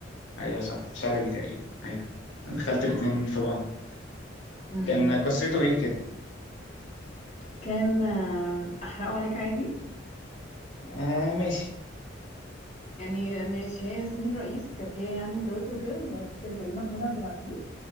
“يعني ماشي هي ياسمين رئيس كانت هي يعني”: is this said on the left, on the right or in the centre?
Left